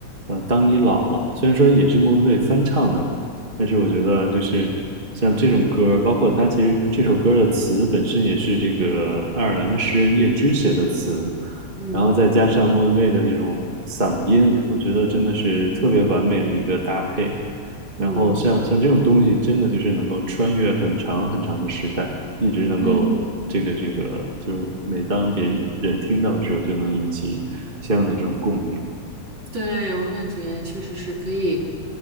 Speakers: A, on the right; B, on the right.
A: 呃《当你老了》，虽然说也是莫文蔚翻唱的，
B: 嗯
A: 但是我觉得就是像这种歌包括他其实这首歌的词本身也是这个爱尔兰的诗人叶芝写的词。
B: 嗯
A: 然后再加上莫文蔚的那种嗓音，我觉得真的是特别完美的一个搭配。
B: 嗯嗯
A: 然后像像这种东西，真的就是能够穿越很长很长的时代，一直能够这个这个，
B: 嗯。
A: 就是每当别人人听到的时候，就能引起相应的这种共鸣。
B: 对，我感觉确实是可以，